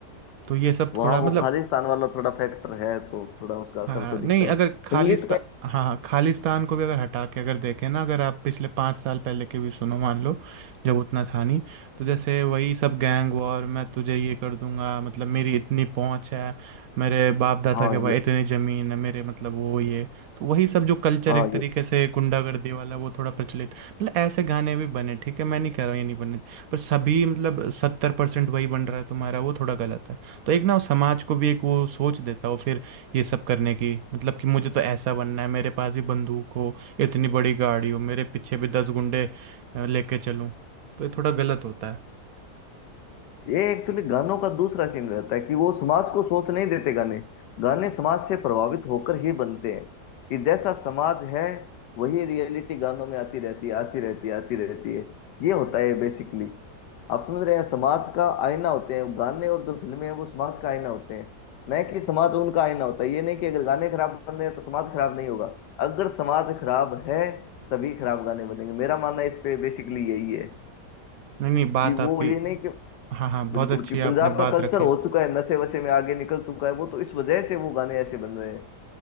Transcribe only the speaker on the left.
वहाँ
वो खालिस्तान वाला थोड़ा फैक्टर है तो थोड़ा उसका असर
तो
दिखता
है
संगीत का
हाँ
ये
हाँ
ये एक्चुअली गानों का दूसरा सीन रहता है कि वो समाज को सोच नहीं देते गाने गाने समाज से प्रभावित होकर ही बनते हैं कि जैसा समाज है वही रियलिटी गानों में आती रहती है आती रहती है आती रहती है ये होता है बेसिकली आप समझ रहे हैं समाज का आईना होते हैं गाने और जो फिल्में हैं वो समाज का आईना होते हैं न कि समाज उनका आईना होता है ये नहीं कि अगर गाने खराब बन रहे हैं तो समाज खराब नहीं होगा अगर समाज खराब है तभी खराब गाने बनेंगे मेरा मानना इस पे बेसिकली यही है
कि वो
ये नहीं कि
बिल्कुल
कि
पंजाब का
कल्चर
हो चुका है नशे वशे में आगे निकल चुका है वो तो इस वजह से वो गाने ऐसे बन रहे हैं